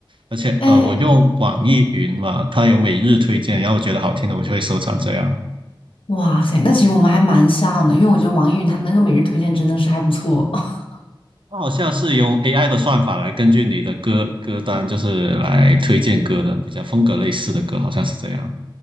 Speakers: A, on the right (about 70°); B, on the left (about 90°).
A: 而且呃我用网易云嘛，
B: 哎，
A: 它有每日推荐，然后我觉得好听的我就会收藏这样。
B: 哇塞，那其实我们还蛮像的，因为我觉得网易云它那个每日推荐真的是还不错。<laughs>
A: 它好像是用 AI 的算法来根据你的歌歌单，就是来推荐歌的，比较风格类似的歌，好像是这样。